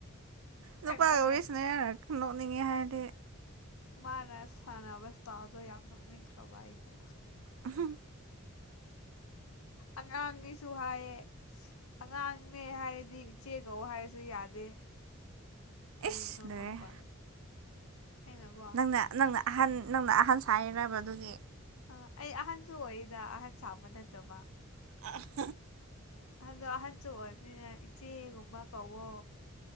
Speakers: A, on the right; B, on the left.
A: ꯅꯨꯄꯥꯒ
B: ꯈꯟ ꯈꯜꯂꯒ
A: ꯁꯟꯅꯩ ꯍꯥꯏꯔꯥ ꯅꯣꯛꯅꯤꯡꯉꯦ ꯍꯥꯏꯔꯗꯤ
B: ꯃꯥꯅ ꯁꯥꯟꯅꯕ ꯁꯇꯥꯥꯎꯗꯣ ꯌꯥꯝ ꯅꯣꯛꯅꯤꯡꯈ꯭ꯔꯕ ꯑꯩꯗꯣ
A: ꯎꯝꯍꯨꯝ
B: ꯑꯉꯥꯡꯅꯦꯁꯨ ꯍꯥꯏꯌꯦ ꯑꯉꯥꯡꯅꯦ ꯍꯥꯏꯔꯗꯤ ꯏꯆꯦ ꯀꯧꯋꯣ ꯍꯥꯏꯔꯁꯨ ꯌꯥꯗꯦ
A: ꯏꯁ
B: ꯀꯔꯤꯅꯣ
A: ꯂꯣꯏꯔꯦ
B: ꯈꯪꯕ ꯑꯩꯅꯀꯣ
A: ꯅꯪꯅ ꯅꯪꯅ ꯑꯍꯟ ꯅꯪꯅ ꯑꯍꯟ ꯁꯥꯏꯔꯕꯑꯗꯨꯒꯤ
B: ꯑ ꯑꯩꯑꯍꯟꯁꯨ ꯑꯣꯏꯌꯦꯗ ꯑꯍꯟ ꯁꯥꯕ ꯅꯠꯇꯕ
A: ꯑꯥ
B: ꯑꯗꯣ ꯑꯍꯟꯁꯨ ꯑꯣꯏꯕꯅꯤꯅ ꯏꯆꯦꯒꯨꯝꯕ ꯀꯧꯋꯣ